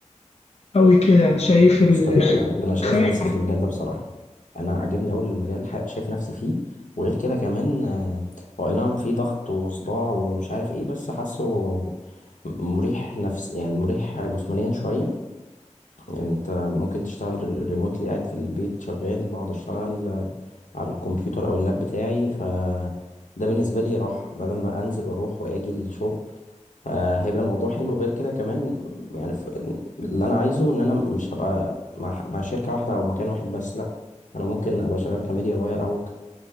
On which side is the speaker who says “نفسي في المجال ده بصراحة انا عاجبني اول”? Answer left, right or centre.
Left